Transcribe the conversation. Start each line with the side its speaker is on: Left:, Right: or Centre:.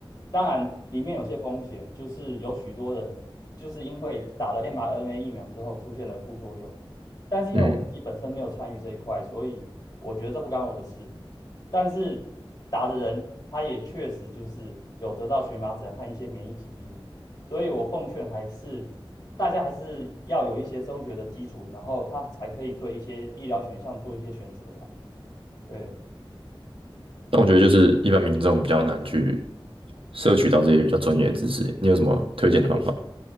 Left: 当然，里面有些风险，就是有许多人就是因为打了 mRNA 疫苗之后出现了副作用，但是因为我自己本身没有参与这一块，
Right: 嗯。
Left: 所以我觉得这不干我的事。但是打的人他也确实就是有得到荨麻疹和一些免疫疾病，所以我奉劝还是大家还是要有一些生物学的基础，然后他才可以对一些医疗选项做一些选择啊。对，
Right: 但我觉得就是一般民众比较难去摄取到这些比较专业的知识。你有什么推荐的方法？
Left: 确实。